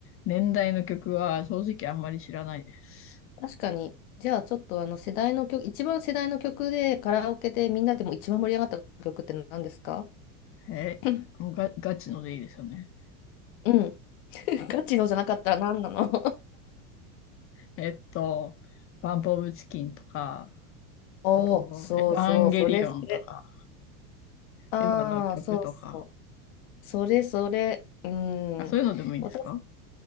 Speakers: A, on the left; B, on the left.
A: 年代の曲は正直あんまり知らないです。
B: 確かに、じゃあちょっとあの世代の曲、一番世代の曲でカラオケでみんなでも一番盛り上がった曲って何ですか
A: えー、
B: <laughs>
A: もうガ、ガチのでいいですよね。
B: うん。<laughs> ガチのじゃなかったら何なの
A: えっと、バンプオブチキンとか、
B: <laughs> おお、
A: あと、
B: そうそう、
A: エヴァンゲリオンとか、
B: それそれ。ああ、
A: エヴァの曲とか、
B: そうそう。それそれ。うん。
A: あ、そういうのでもいいんですか
B: 私、